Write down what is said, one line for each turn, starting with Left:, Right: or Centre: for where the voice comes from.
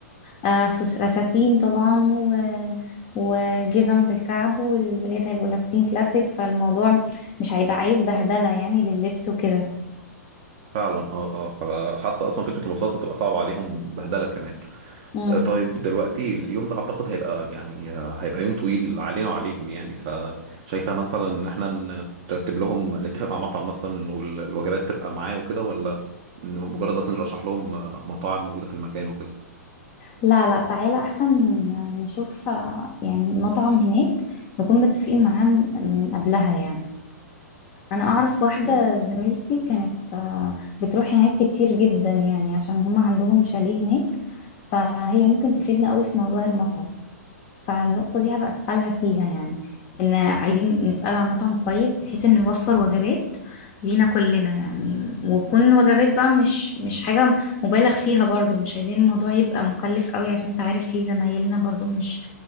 Left: آه، فس- فساتين طبعا و وجزم بالكعب والولاد هيبقوا لابسين كلاسيك فالموضوع مش هيبقى عايز بهدلة يعني لللبس وكده
Right: فعلا اه اه فحتى اصلا فكره المواصلات هتبقى صعبه عليهم بهدله كمان
Left: مم.
Right: آه، طيب دلوقتي اليوم ده اعتقد هيبقى يعني آه، هيبقى يوم طويل علينا وعليهم يعني فشايفه مثلا ان احنا نرتب لهم نتفق مع مطعم مثلا انه ال- الوجبات تبقى معاه وكده ولا انه مجرد بس نرشح لهم آه، مطاعم موجوده في المكان وكده
Left: لا لا تعالى احسن نشوف آه، يعني مطعم هناك نكون متفقين معاه من من قبلها يعني انا اعرف واحده
Right: إيه؟
Left: زميلتي كانت آه، بتروح هناك كتير جدا يعني عشان هما عندهم شاليه هناك فهي ممكن تفيدنا قوي في موضوع المطعم فالنقطه دي هبقى اسالها فيها يعني ان عايزين نسال عن مطعم كويس بحيث انه يوفر وجبات لينا كلنا يعني وتكون وجبات بقى مش مش حاجه مبالغ فيها برضو مش عايزين الموضوع يبقى مكلف قوي عشان انت عارف في زمايلنا برضو مش